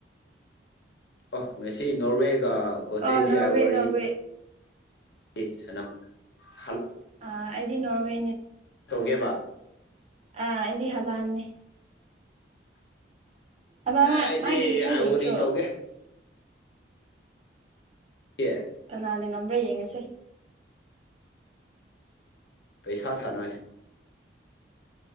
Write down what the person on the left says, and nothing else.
ꯑ ꯉꯁꯤ ꯅꯣꯔꯋꯦꯒ ꯀꯣꯇꯦꯗꯤ
ꯑ ꯋꯥꯔꯤꯔꯤ
ꯑꯦ ꯁꯅꯥ <inaudible>
ꯊꯣꯛꯒꯦꯕ
ꯑ ꯑꯩꯗꯤꯔꯤ
ꯇꯧꯒꯦ ꯀ <unintelligible> <inaudible>
ꯄꯩꯁꯥ ꯊ ꯅꯁꯦ